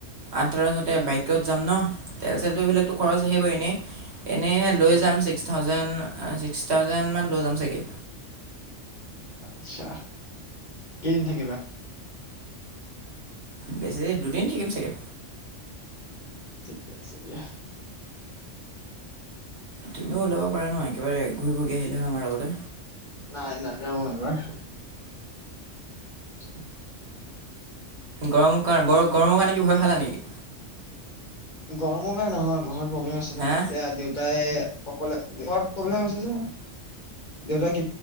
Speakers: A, on the right; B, on the left.
A: আঠটা ল'ৰা
B: উম
A: বাইকত যাম ন তেল চলটো এইবিলাকতো খৰচ আহিবই এনে এনেই লৈ
B: উম
A: যাম ছিক্স থাউজেণ্ড ছিক্স থাউজেণ্ড মান লৈ যাম চাগে।
B: আচ্ছা কেইদিন থাকিবা।
A: বেছি দুদিন থিকিম চাগে।
B: ঠিকে আছে দিয়া।
A: তুমিও ওলাব পাৰা নহয়। একেবাৰে ঘূৰিপকি আহিলে। হয় আমাৰ লগতে
B: নাই নাযাও এবাৰ। <unintelligible>
A: গৰমৰ কাৰণে ব গৰমৰ কাৰণে কি ভয় খালা নেকি?
B: গৰমৰ কাৰণে নহয়। ঘৰত প্ৰব্লেম আছে
A: হা
B: ন, এতিয়া দেউতাই অকলে ঘৰত প্ৰব্লেম আছে যে। দেউতাক